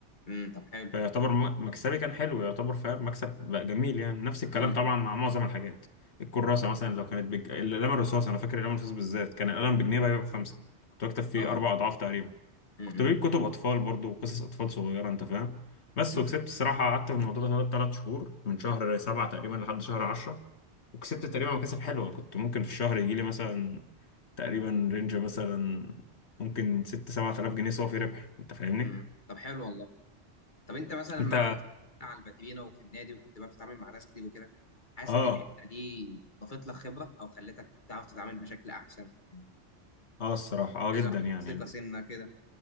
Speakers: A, on the left; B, on the left.
A: امم طب حلو
B: فيعتبر م- مكسبي كان حلو يعتبر فاهم مكسب بقى جميل يعني نفس الكلام
A: امم
B: طبعا مع معظم الحاجات الكراسة مثلا لو كانت بج... القلم الرصاص أنا فاكر القلم الرصاص بالذات كان القلم بجنيه بقى يبقى بخمسة كنت بكتب فيه
A: اه
B: أربع أضعاف تقريبا
A: امم
B: كنت بجيب كتب أطفال برضو وقصص أطفال صغيرة أنت فاهم بس
A: امم
B: وكسبت الصراحة قعدت في الموضوع ده تلات شهور من شهر سبعة تقريبا لحد شهر عشرة وكسبت تقريبا مكاسب حلوة كنت ممكن في الشهر
A: آه.
B: يجيلي مثلا تقريبا رينج مثلا ممكن ست سبعة آلاف جنيه صافي ربح أنت فاهمني؟
A: امم طب حلو والله طب انت مثلا
B: أنت
A: مع وقفت على الباترينا وفي النادي وكنت بقى بتتعامل مع ناس كتير وكده حاسس
B: اه
A: ان الحته دي ضافت لك خبره او خلتك تعرف تتعامل بشكل احسن يعني
B: اه الصراحة اه
A: تزرع
B: جدا يعني
A: فيك ثقه سنه كده